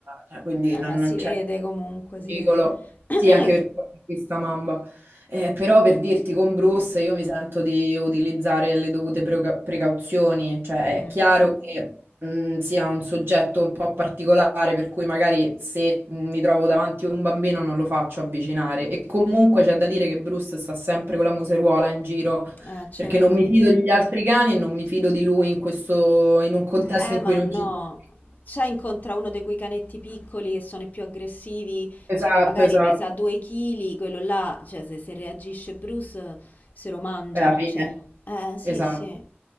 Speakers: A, on the right (about 60°); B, on the left (about 40°).
A: cioè, quindi
B: Eh,
A: non,
B: ma si
A: non c'è
B: vede comunque, si
A: pericolo.
B: vede. <coughs>
A: Sì, anche perché poi è questa mamba. Eh, però per dirti con Bruce
B: <clears throat>
A: io mi sento di utilizzare le dovute preca- precauzioni, cioè
B: Mm.
A: è chiaro che mm, sia un soggetto un po' particolare, per cui magari se mm, mi trovo davanti a un bambino non lo faccio avvicinare. E comunque c'è da dire che Bruce sta sempre con la museruola in giro,
B: Eh, certo.
A: perché non mi fido degli altri cani e non mi fido di lui in questo, in un contesto
B: Eh,
A: in
B: ma
A: cui non
B: no.
A: ci sono.
B: Cioè, incontra uno di quei canetti piccoli che sono i più aggressivi,
A: Esatto,
B: cioè che magari
A: esatto.
B: pesa 2 kg, quello là, cioè se, se reagisce Bruce se lo mangia,
A: È la fine.
B: cioè. Eh, sì,
A: Esatto.
B: sì.